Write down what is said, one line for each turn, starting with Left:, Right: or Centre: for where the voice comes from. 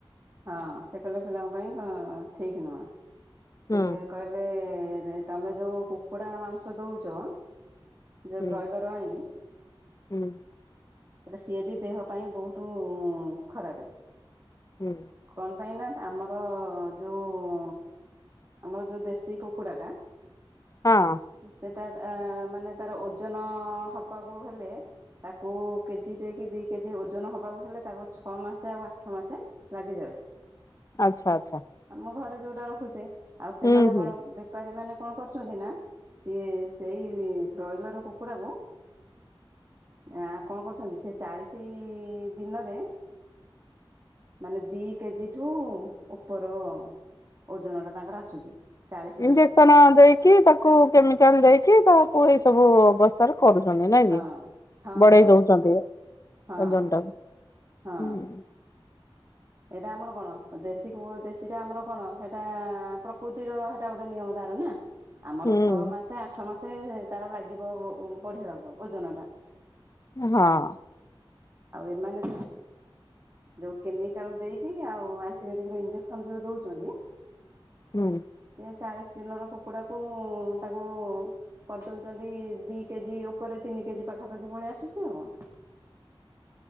Right: ହଁ ସେ କହିଲେ ପିଲାଙ୍କ ପାଇଁ ଠିକ୍ ନୁହଁ ସେ
Left: ହୁଁ
Right: କହି କହିଲେ ଲେ ତମେ ଯୋଉ କୁକୁଡା ମାଂସ ଦଉଛ। ଯୋଉ
Left: ହୁଁ
Right: ବ୍ରଏଲର ଆଣିକି।
Left: ହୁଁ।
Right: ସିଏ ବି ଦେହ ପାଇଁ ବହୁତ୍ ଖରାପ।
Left: ହୁଁ।
Right: କଣ ପାଇଁ ନା ଆମର ଯୋଉ ଆମର ଯୋଉ ଦେଶୀ କୁକୁଡ଼ା ଟା
Left: ହଁ।
Right: ସେଟା ଆ ମାନେ ତାର ଓଜନ ହବାକୁ ହେଲେ ତାକୁ କେଜି ଟେ କି ଦି କେଜି ଓଜନ ହବାକୁ ହେଲେ ତାକୁ ଛଅ ମାସେ ଆଉ ଆଠ ମାସେ ଲାଗିଯାଏ।
Left: ଆଚ୍ଛା ଆଚ୍ଛା।
Right: ଆମ ଘରେ ଯୋଉଟା ରଖୁଛେ ଆଉ ସେମାନେ
Left: ହୁଁ ହୁଁ
Right: କଣ ବେ ବେପାରୀ ମାନେ କଣ କରୁଛନ୍ତି ନା ସିଏ ସେଇ ବ୍ରଏଲର କୁକୁଡ଼ା କୁ ଆଁ କଣ କରୁଛନ୍ତି ସେ ଚାଳିଶି ଦିନରେ ମାନେ ଦି କେଜି ଠୁ ଉପର ଓଜନ ଟା ତାଙ୍କର ଆସୁଛି। ଚାଳିଶ
Left: ଇଞ୍ଜେକ୍ସନ
Right: ଦିନରେ
Left: ଦେଇକି ତାକୁ କେମିକାଲ ଦେଇକି ତାକୁ ଏଇ ସବୁ ତାର କରୁଛନ୍ତି ନାଇଁ
Right: ହଁ
Left: କି
Right: ହଁ
Left: ବଢ଼େଇ
Right: ହଁ
Left: ଦଉଛନ୍ତି ଓଜନଟାକୁ।
Right: ହଁ ହଁ
Left: ହୁଁ।
Right: ଏଇଟା ଆମର କଣ ଦେଶୀ କୁ ଦେଶୀଟା ଆମର କଣ ସେଇଟା ପ୍ରକୃତିର ହେଇଟା ଗୋଟେ ନିୟମ ତାର ନା। ଆମର
Left: ହୁଁ
Right: ଛଅ ମାସେ ଆଠ ମାସେ ତାର ଲାଗିବ ବଢ଼ିବାକୁ ଓଜନ ଟା।
Left: ହଁ।
Right: ଆଉ ଏମାନେ ଯୋଉ କେମିକାଲ ଦେଇକି ଆଉ ଆଣ୍ଟିବାଟିକ ଇଞ୍ଜେକସନ୍ ଯୋଉ ଦଉଚନ୍ତି।
Left: ହୁଁ।
Right: ସେ ଚାଳିଶ ଦିନର କୁକୁଡ଼ା କୁ ତାକୁ କରିଦଉଛନ୍ତି ଦି କେଜି ଉପରେ ତିନି କେଜି ପାଖାପାଖି ପଳେଇ ଆସୁଛି ଆଉ।